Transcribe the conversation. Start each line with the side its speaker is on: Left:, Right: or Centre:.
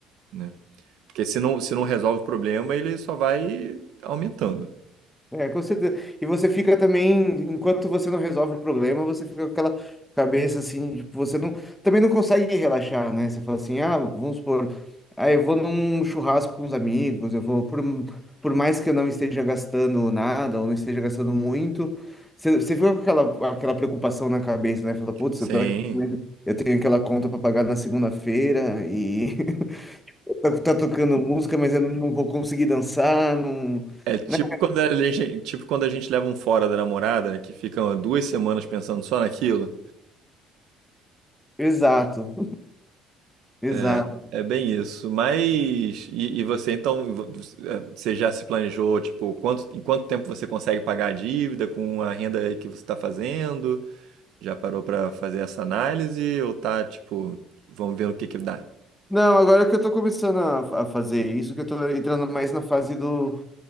Right: né? Porque se não, se não resolve o problema, ele só vai aumentando.
Centre: É, com certeza. E você fica também, enquanto você não resolve o problema, você fica com aquela cabeça assim, tipo, você não, também não consegue relaxar, né? Você fala assim, ah, vamos supor, ah, eu vou num churrasco com os amigos, eu vou, por, por mais que eu não esteja gastando nada, ou não esteja gastando muito, você, você fica com aquela, aquela preocupação na cabeça, né? Fala, putz,
Right: Sim.
Centre: eu tô aqui, né? eu tenho aquela conta para pagar na segunda-feira e <laughs> tá, tá tocando música, mas eu não vou conseguir dançar, não...
Right: É tipo
Centre: né?
Right: quando a gente, tipo quando a gente leva um fora da namorada, né? Que ficam duas semanas pensando só naquilo.
Centre: Exato. Exato.
Right: É, é bem isso. Mas. E, e você então. vo- é, Você já se planejou, tipo, quanto, em quanto tempo você consegue pagar a dívida com a renda que você está fazendo? Já parou pra fazer essa análise? Ou tá, tipo, vamos ver o que que dá?
Centre: Não, agora que eu tô começando a, a fazer isso, que eu tô entrando mais na fase do,